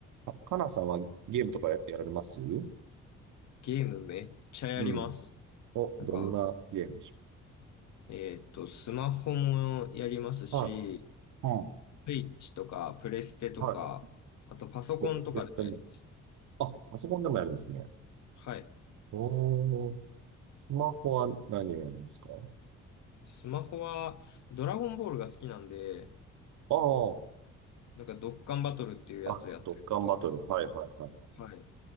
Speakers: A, on the right; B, on the left.
A: あ、かなさんはゲームとかや、やられますう
B: ゲームめっちゃやります。
A: ん。お、
B: なんか、
A: どんなゲームでしょ
B: えっと、スマホもやりますし、
A: うはいうん。い。
B: スイッチとか、プレステとか、
A: はい。
B: あとパソコンとかでもやる。
A: お、プレステも。あ、パソコンでもやるんですね。
B: はい。
A: おー。スマホは何をやるんですか
B: スマホは、ドラゴンボールが好きなんで、
A: ああー。
B: なんか、ドッカンバトルっていうやつをやったりとか、
A: あ、ドッカンバトル。はいはいはい。
B: はい。